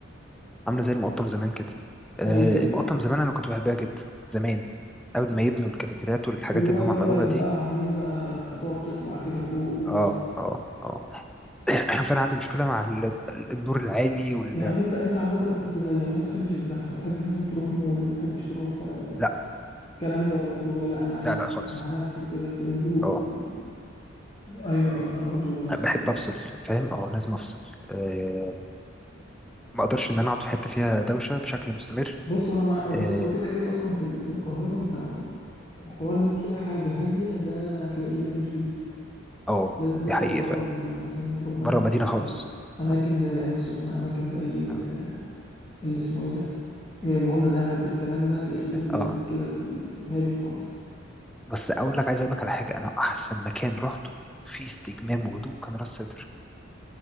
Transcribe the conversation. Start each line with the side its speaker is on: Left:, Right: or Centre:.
Centre: عاملة زي المقطم زمان كده آه،
Left: ايوه ايوه
Centre: المقطم زمان أنا كنت بحبها جدا زمان قبل ما يبنوا الكافيتريات والحاجات
Left: دلوقتي
Centre: اللي هم عملوها
Left: اه بقت بقى
Centre: دي
Left: عاملين بقى تقعد تطلع كده فوق ودنيا
Centre: اه اه اه <clears throat> فانا عندي مشكله مع ال- النور العالي وال...
Left: يعني انت انت عامة انت زي مثلا ما بتحبش الزحمة ما بتحبش مثلا تروح مول ما بتحبش تروح آه،
Centre: لا
Left: الكلام ده اللي هو لا انا عايز
Centre: لا لا خالص
Left: مع نفسي كده في الهدوء
Centre: اه
Left: في ال... ايوه ايوه انا برضو نفس
Centre: بحب
Left: الكلام
Centre: افصل فاهم اه لازم افصل أه ما اقدرش ان انا اقعد في حته فيها دوشه بشكل مستمر
Left: بص وانا مع بص
Centre: اه
Left: هو كده كده اصلا في ال- في القاهرة انت م- حوار انت تلاقي حاجة هادية ده هتلاقيه نادر جدا
Centre: آه،
Left: لازم تطلع
Centre: دي حقيقه
Left: بره
Centre: فاهم
Left: المدينة يعني مثلا لازم تروح مثلا
Centre: بره مدينه خالص
Left: اماكن
Centre: اه
Left: زي العين السخنة اماكن زي ال-
Centre: اه
Left: اللي اسمه ايه ده زي ما قلنا دهب الكلام ده هتلاقيه ايه في اللذيذ
Centre: آه.
Left: كده في الهادي خالص
Centre: بس اقول لك عايز اقول لك على حاجه انا احسن مكان رحته في استجمام وهدوء كان راس سدر